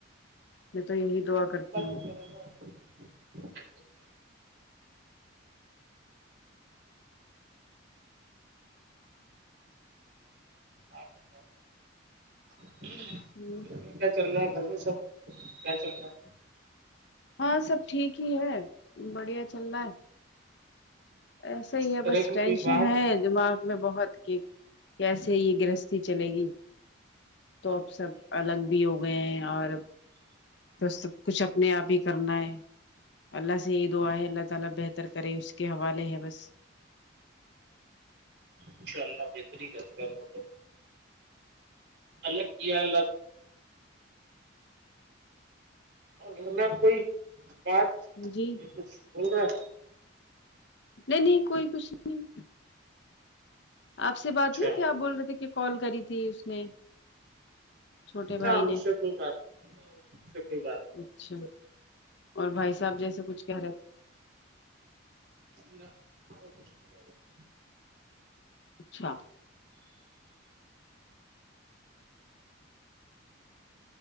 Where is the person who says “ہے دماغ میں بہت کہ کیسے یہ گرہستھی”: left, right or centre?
Left